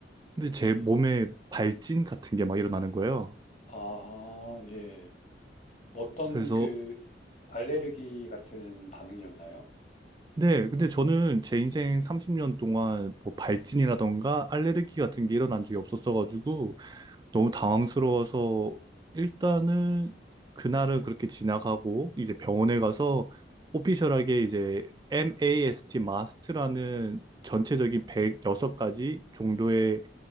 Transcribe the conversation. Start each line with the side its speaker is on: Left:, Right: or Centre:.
Right: 근데 제
Left: 네.
Right: 몸에 발진 같은 게 막 일어나는 거예요.
Left: 아, 예. 어떤
Right: 그래서
Left: 그 알레르기 같은 반응이었나요?
Right: 네, 근데 저는 제 인생 30년 동안 뭐 발진이라던가 알레르기 같은 게 일어난 적이 없었어가지고 너무 당황스러워서 일단은 그날은 그렇게 지나가고 이제 병원에 가서 오피셜하게 이제 MAST, 마스트라는 전체적인 106가지 정도의